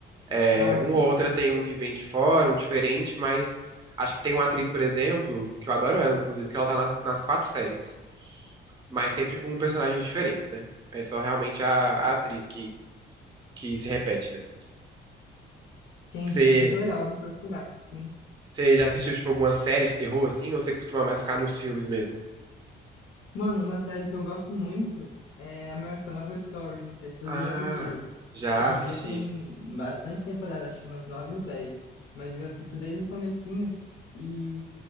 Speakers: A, on the right (about 20°); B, on the left (about 85°).
A: É,
B: Ah,
A: uma
B: sim.
A: ou outra tem um que vem de fora, um diferente, mas acho que tem uma atriz, por exemplo, que eu adoro ela, inclusive, que ela tá na- nas quatro séries, mas sempre com personagens diferentes, né? É só realmente a, a atriz que, que se repete, né?
B: Entendi.
A: Você,
B: Muito legal, vou procurar, sim.
A: você já assistiu, tipo, alguma série de terror, assim, ou você costuma mais ficar nos filmes mesmo?
B: Mano, uma série que eu gosto muito é American Horror Story. Não sei se você
A: Ah,
B: já assistiu.
A: já
B: Hoje
A: assisti.
B: em dia tem bastante temporada, acho que umas nove ou dez. Mas eu assisto desde o comecinho e